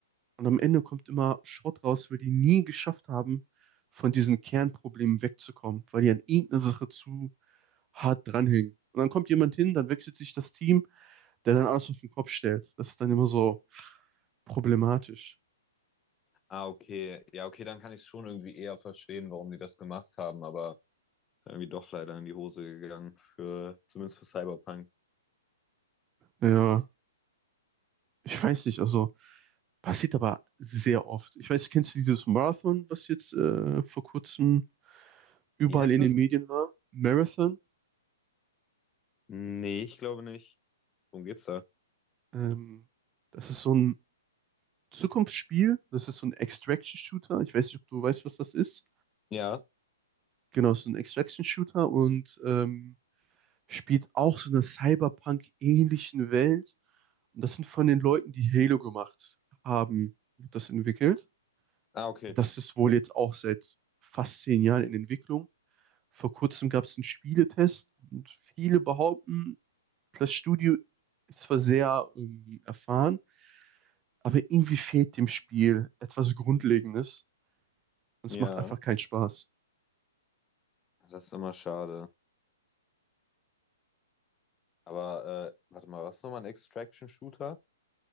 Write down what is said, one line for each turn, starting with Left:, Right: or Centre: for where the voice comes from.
Right: und am Ende kommt immer Schrott raus, weil die nie geschafft haben, von diesen Kernproblemen wegzukommen, weil die an irgendeiner Sache zu hart dranhängen. Und dann kommt jemand hin, dann wechselt sich das Team der dann alles auf den Kopf stellt. Das ist dann immer so problematisch.
Left: Ah, okay. Ja, okay, dann kann ich es schon irgendwie eher verstehen, warum die das gemacht haben. Aber ist irgendwie doch leider in die Hose gegangen, für, zumindest für Cyberpunk.
Right: Ja, ich weiß nicht, also passiert aber sehr oft. Ich weiß, kennst du dieses Marathon, was jetzt äh, vor kurzem überall
Left: Wie heißt
Right: in den
Left: das?
Right: Medien war? Marathon.
Left: Nee, ich glaube nicht. Worum geht's da?
Right: Ähm, das ist so ein Zukunftsspiel. Das ist so ein Extraction-Shooter. Ich weiß nicht, ob du weißt, was das ist.
Left: Ja.
Right: Genau, so ein Extraction-Shooter und ähm, spielt auch so einer Cyberpunk-ähnlichen Welt. Und das sind von den Leuten, die Halo gemacht haben, wird das entwickelt.
Left: Ah, okay.
Right: Und das ist wohl jetzt auch seit fast zehn Jahren in Entwicklung. Vor kurzem gab es einen Spieletest und viele behaupten, das Studio ist zwar sehr ähm, erfahren, aber irgendwie fehlt dem Spiel etwas Grundlegendes und
Left: Ja,
Right: es macht einfach keinen Spaß.
Left: das ist immer schade. Aber äh, warte mal, was ist nochmal ein Extraction-Shooter?